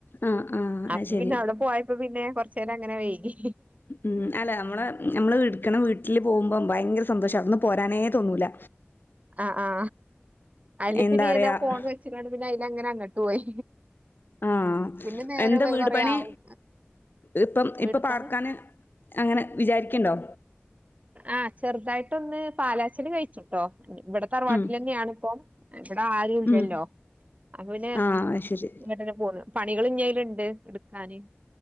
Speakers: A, on the left; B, on the right.
A: ആഹ് ആഹ്
B: അപ്പൊ
A: അത് ശരി
B: പിന്നെ അവിടെ പോയപ്പോ പിന്നെ കൊറച്ച നേരം അങ്ങനെ വൈകി
A: ഉം അല്ല നമ്മള് നമ്മള് ഇടുക്കണ വീട്ടില് പോകുമ്പോ ഭയങ്കര സന്തോഷമായിരുന്നുന്ന് പോരാനേ തോന്നൂല്ല
B: ആ ആ അതില്
A: എന്താ
B: പിന്നെ ഞാനാ
A: പറയാ
B: ഫോൺ വെച്ചികാണ്ട് പിന്നെ അതില് അങ്ങനെ അങ്ങോട്ട് പോയി
A: ആഹ
B: പിന്നെ നേരം
A: എന്താ
B: വെ
A: വീട്
B: കൊറേ
A: പണി
B: ആവും
A: ഇപ്പം
B: വീട്
A: ഇപ്പൊ പാർക്കാന്
B: പണി
A: അങ്ങനെ വിചാരിക്കണ്ടോ
B: ആഹ ചെറുതായിട്ടൊന്ന് പാലാച്ചന് കഴിച്ചുട്ടോ ഇവിടെ തറവാട്ടിൽ
A: ഉം
B: തന്നെയണ ഇപ്പൊ ഇവിടെ ആരും ഇല്ലല്ലോ
A: ഉം
B: അപ്പ പിന്നെ
A: ആഹ് അത് ശരി
B: ഇങ്ങട്ട്ന്നെ പോന്നു പണികളി ഇഞ്ഞല ഇണ്ട് ഇടുക്കാന്